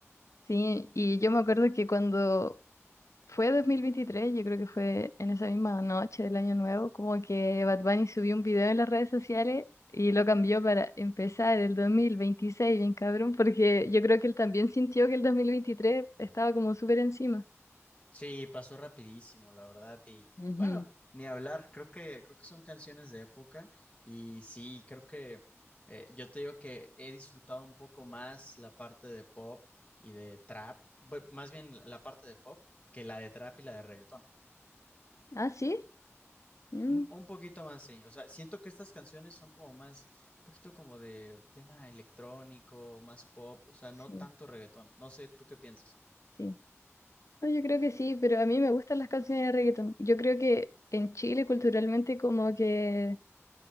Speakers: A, on the left; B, on the left.
A: Sí, y yo me acuerdo que cuando fue 2023, yo creo que fue en esa misma noche del Año Nuevo, como que Bad Bunny subió un video en las redes sociales y lo cambió para empezar el 2026, bien cabrón, porque yo creo que él también sintió que el 2023 estaba como súper encima.
B: Sí, pasó rapidísimo, la verdad, y
A: Ujú.
B: bueno, ni hablar, creo que, creo que son canciones de época y sí, creo que eh, yo te digo que he disfrutado un poco más la parte de pop y de trap, bu- más bien la parte de pop que la de trap y la de reggaetón.
A: Ah, sí. Mm,
B: Un un poquito más, sí. O sea, siento que estas canciones son como más, un poquito como de tema electrónico, más pop, o sea, no
A: sí,
B: tanto reggaetón. No sé, ¿tú qué piensas?
A: sí. No, yo creo que sí, pero a mí me gustan las canciones de reggaetón. Yo creo que en Chile culturalmente como que